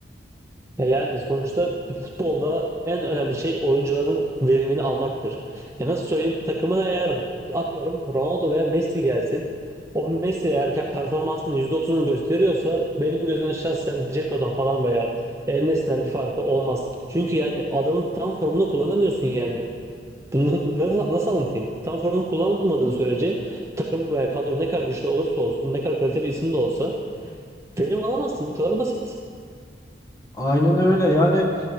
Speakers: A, on the right; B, on the left.
A: E Yani sonuçta bir futbolda en önemli şey oyuncuların verimini almaktır. Ya nasıl söyleyeyim takımına eğer atıyorum Ronaldo veya Messi gelsin. O Messi eğer ki performansının %30'unu gösteriyorsa benim gözümde şahsen Dzeko'dan falan veya El Nesli'den bir farkı olmaz. Çünkü yani adamın tam formunu kullanamıyorsun yani. Bunu nasıl, nasıl anlatayım? Tam formunu kullanmadığın sürece takım veya kadro ne kadar güçlü olursa olsun, ne kadar kaliteli isim de olsa verim alamazsın. Bu kadar basit.
B: Aynen öyle yani